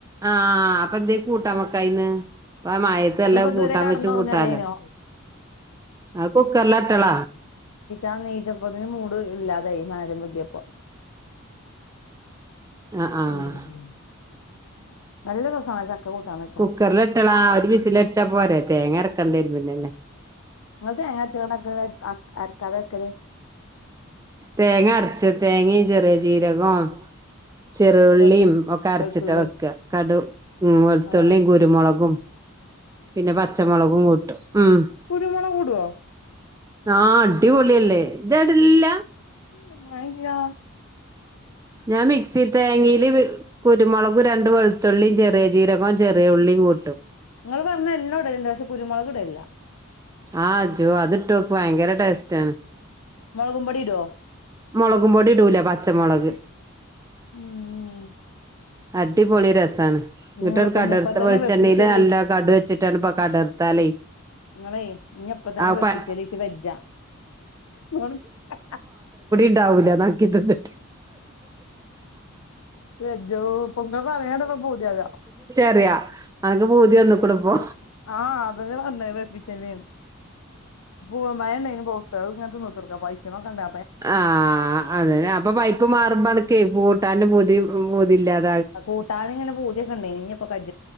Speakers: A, on the right; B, on the left.
A: ആഹ് അപ്പൊന്തേ കൂട്ടാവെക്കായിന്ന് ഇപ്പ മഴത്തെല്ലാം
B: ഇപ്പൊ ഇതുവരെ
A: കൂട്ടാൻ
B: കടന്നുറങ്ങല്ലേനോ
A: വെച്ച് കൂട്ടാലോ ആ കുക്കറിലോട്ടിള
B: ആ നെയ്ച്ചപ്പതിന് മൂട് ഇല്ലാതായ് ഞാനാദ്യമ്പൊക്കിയപ്പ
A: ആഹ് ആഹ്
B: <unintelligible> നല്ല രസാണോ ചക്ക വെച്ചാല്
A: കുക്കറിലിട്ടേളാ ഒരു ബിസിലടിച്ചാ പോരേ. തേങ്ങ ചേർക്കണ്ടാരും പിന്നെന്ന.
B: നിങ്ങ തേങ്ങായരച്ച് കണക്കിന് അക് അരക്കാതെ വെക്കത്?
A: തേങ്ങ അരച്ച് തേങ്ങയും ചെറിയ ജീരകോം ചെറുള്ളിയും
B: വെളുത്തു
A: ഒക്കെ അരച്ചിട്ട്
B: വെളുത്തുള്ളി
A: വെക്ക്ക. കടുക് ഉം വെളുത്തുള്ളിയും
B: ആഹ്
A: കുരുമുളകും. പിന്നെ പച്ചമൊളകും കൂട്ടും ഉം
B: കുരുമൊളകിടുവോ?
A: ആഹ് അടിപൊളിയല്ലേ. ജടില്ല
B: ഉം മൈന്റില്ല.
A: ഞാൻ മിക്സിയിൽ തേങ്ങയില് വെ കുരുമൊളക് രണ്ട് വെളുത്തുള്ളിയും ചെറിയ ജീരകവും ചെറിയ ഉള്ളിയും കൂട്ടും.
B: നിങ്ങള് പറഞ്ഞാ എല്ലാ ഇടലൊണ്ട്. പക്ഷെ കുരുമൊളക് ഇടലില്ല.
A: ആഹ് ജോ അതിട്ട് നോക്ക് ഭയങ്കര ടേസ്റ്റാണ്.
B: മൊളകും പൊടിയിടോ
A: മൊളകും പൊടി ഇടൂല. പച്ചമൊളക്.
B: ഉം ഉം
A: അടിപൊളി രസാണ്. എന്നിട്ടൊരു
B: നിങ്ങളിപ്പ
A: കടുർത്ത
B: ഇഞ്ഞപ്പ തന്നെ
A: വെളിച്ചെണ്ണയില്
B: വെപ്പിച്ചല്ലേ
A: നല്ല കടു വെച്ച്. ട്ടനപ്പ കടർത്താലേ
B: നിങ്ങളേ ഇനി എപ്പ തന്നെ
A: ആ
B: വെപ്പിച്ചേല്ലേനിച്ച്
A: പ
B: വെജാ. നോൺ വെജാ.
A: ഇതാവൂല്ല നക്കിടെട്ടുതിട്ട്
B: വെജോ പ്പ മണിയാണ്ടെന്റെ പൂതിയല്ലാ.
A: അറിയ ഒനക്ക് പൂതി വന്ന് കൊടുപ്പോ.
B: ആഹ് അതങ്ങനെ വന്നായിരുന്നു ഏപ്പിച്ചന്നേന്. വും മഴയെണ്ണന് പോത്ത് അത് ഇങ്ങനത്തെ നോ ക്ക പൈച്ചണക്കൊണ്ടാരുന്ന്
A: ആഹ് അതെ. അപ്പൊ പൈപ്പ് മാറുമ്പോഴാണ് ക്കെപ്പൂട്ടാനും പുതി പുതില്ലാത്ത.
B: ആ കൂട്ടാനിങ്ങെനെ പൂതിയെക്കെ ഉണ്ടായ്നു. ഇനിയപ്പൊ കടി